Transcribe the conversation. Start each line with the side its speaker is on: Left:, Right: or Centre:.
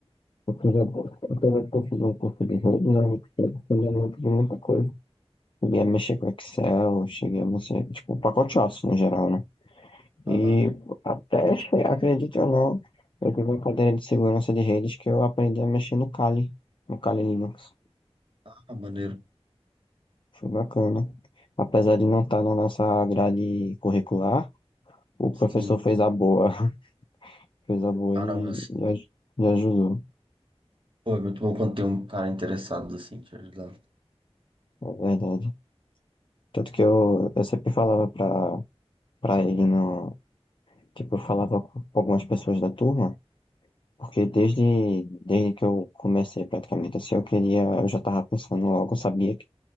Left: eu, eu, eu, eu, fiz um curso de rede, né? Eu não aprendi muita coisa. Cheguei a mexer com Excel, cheguei a mexer, tipo, pacoteaço no geral, né? E
Right: Aham.
Left: até, che- acredite ou não, eu tive uma cadeira de segurança de redes que eu aprendi a mexer no Kali, no Kali Linux.
Right: Ah, maneiro.
Left: Foi bacana. Apesar de não estar na nossa grade curricular, o professor
Right: Sim.
Left: fez a boa, <laughs> fez a boa
Right: Ah,
Left: e,
Right: não, é assim.
Left: e aj- e ajudou,
Right: Pô, é muito bom quando tem um cara interessado assim te ajudar.
Left: é verdade. Tanto que eu, eu sempre falava pra, pra ele, no, tipo, eu falava com algumas pessoas da turma, Porque desde, desde que eu comecei praticamente assim, eu queria, eu já estava pensando logo, eu sabia que